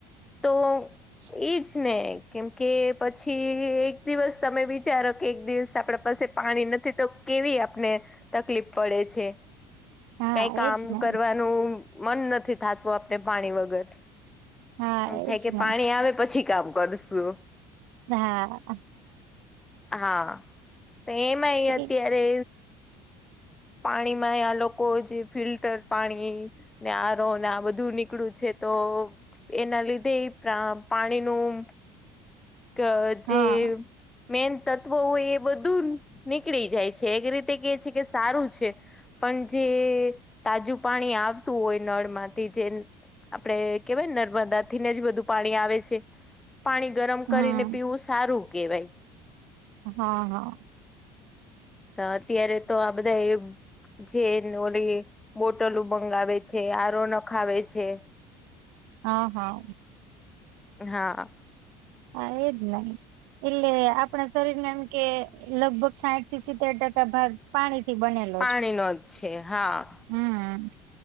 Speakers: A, on the right (about 70°); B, on the left (about 15°).
A: <inaudible>
B: તો એજ ને કેમ કે પછી એક દિવસ તમે વિચારો કે એક દિવસ આપડા પાસે પાણી નથી તો કેવી આપને તકલીફ પડે છે
A: હા
B: કઈ કામ
A: એજ ને
B: કરવા નું મન નથી થતું આપણે પાણી વગર.
A: હા
B: એમ
A: એજ
B: થાય કે
A: ને
B: પાણી આવે પછી કામ કરશું.
A: હા
B: હા તો એમાંય
A: એટલે
B: અત્યારે પાણીમાંય આ લોકો જે ફિલ્ટર પાણી ને આર ઓ ને આ બધું નીકળું છે તો એના લીધેય પ્ર પાણીનું ક
A: હા
B: જે મેન તત્વો હોય એ બધ બધું નીકળી જાય છે એક રીતે કે છે કે સારું છે. પણ જે તાજું પાણી આવતું હોય નળ માંથી જે આપડે કેવાયને નર્મદા થીને જ બધું પાણી આવે છે. પાણી ગરમ
A: હમ
B: કરીને પીવું સારું કેહેવાય.
A: હા હા
B: તો અત્યારે તો આ બધા એ જેન ઓલી બોટલ મંગાવે છે, આર ઓ નખાવે છે.
A: હા, હા.
B: હા.
A: હા એજ ને. એટલે આપણા શરીર ને એમ કે લગભગ સાઈઠ થી સિત્તેર ટકા ભાગ પાણીથી બનેલું
B: પાણી નો જ છે, હા.
A: હમ્મ.